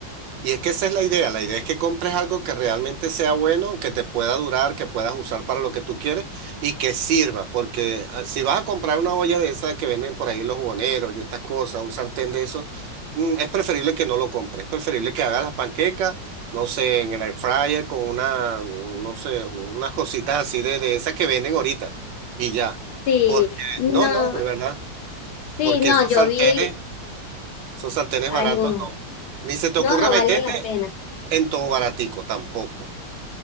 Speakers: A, on the right; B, on the left.
A: Y es que esa es la idea, la idea es que compres algo que realmente sea bueno, que te pueda durar, que puedas usar para lo que tú quieres y que sirva, porque ah, si vas a comprar una olla de esas que venden por ahí los jugoneros y estas cosas, un sartén de eso, mm, es preferible que no lo compres, es preferible que hagas las panquecas, no sé, en el air fryer con una, no sé, unas cositas así de, de esas que venden ahorita y ya,
B: Sí,
A: porque
B: no,
A: no, no, de verdad,
B: sí,
A: porque
B: no,
A: esos
B: yo
A: sartenes,
B: vi,
A: esos sartenes
B: hay
A: baratos
B: un
A: no. Ni se te
B: No,
A: ocurra
B: no
A: meterte
B: vale la pena.
A: en todo baratico, tampoco.